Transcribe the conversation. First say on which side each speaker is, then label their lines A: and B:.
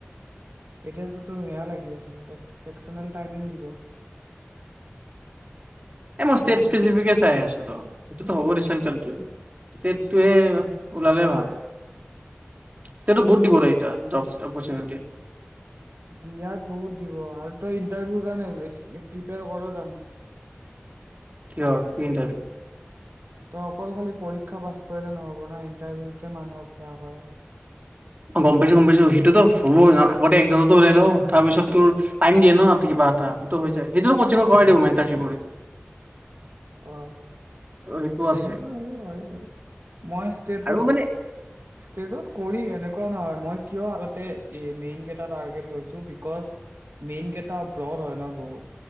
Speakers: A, on the right; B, on the right.
A: এতিয়তো সেয়া লাগি আছে চেকচনেল টাইমিং দিব।
B: মই ৰাজ্য
A: এছ এছ
B: নিৰ্দিষ্ট ছাই আছো ৰ সেইটোয়ে ওলালে ভাল। এতিয়াটো
A: চি
B: বহুত দিব
A: টোত
B: এতিয়া জব অপৰ্চুনিটি
A: দিয়াত বহুত দিব আৰু তই ইণ্টাৰভিউ কাৰণে প্ৰিপেয়াৰ কৰ জানো?
B: কিয় কি ইণ্টাৰভিউ?
A: তই অকল খালি পৰীক্ষা পাছ কৰিলে নহব ন ইণ্টাৰভিউতে মানুহক সেৱা কৰা।
B: অ গম পাইছো গম পাইছো সেইটোতো হ'ব গোটেই এক্সামতো ওলাই লওঁ তাৰপিছত তোৰ টাইম দিয় ন কিবা এটা সেইটো হৈছে সেইটো কচিঙৰ কৰাই দিব মেণ্টাৰিপ সটো
A: অ
B: সেইটো আছে
A: তেনেকুৱা হলে হয় বাৰু মই ষ্টেটত
B: আৰু মানে
A: ষ্টেটত কৰি এনে ন মই কিয় আগতে মেইন কেইটা টাৰ্গেট লৈছো বিকজ মেইন কেইটা ব হয় ন বহুত